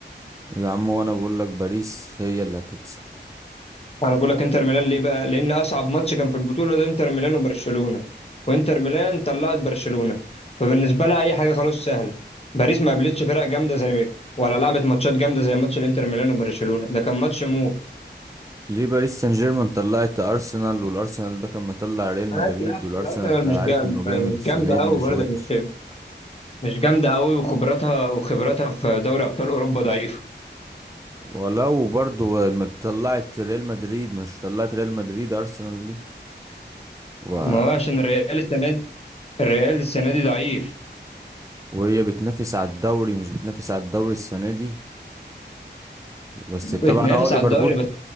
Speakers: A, on the right; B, on the left.
A: يا عم وانا بقول لك باريس هي اللي هتكسب
B: انا بقول لك انتر ميلان ليه بقى لان اصعب ماتش كان في البطوله ده انتر ميلان وبرشلونه وانتر ميلان طلعت برشلونه فبالنسبه لها اي حاجه خلاص سهله باريس ما قابلتش فرق جامده زي ما ولا لعبت ماتشات جامده زي ماتش الانتر ميلان وبرشلونه ده كان ماتش موت
A: ليه باريس سان جيرمان طلعت ارسنال والارسنال ده كان مطلع ريال
B: ماشي
A: مدريد
B: لا
A: والارسنال
B: بس الارسنال
A: انت عارف
B: مش جامده
A: انه جامد
B: مش
A: السنه
B: جامده
A: دي
B: قوي
A: مش
B: برضه
A: وحش
B: مش مش جامده قوي وخبراتها وخبراتها في دوري ابطال اوروبا ضعيفه
A: ولو برضو ما طلعت ريال مدريد مش طلعت ريال مدريد ارسنال دي و...
B: ما هو عشان الريال السنه دي الريال السنه دي ضعيف
A: وهي بتنافس على الدوري مش بتنافس على الدوري السنه دي بس
B: بتنافس
A: طبعا اه ليفربول
B: على الدوري بس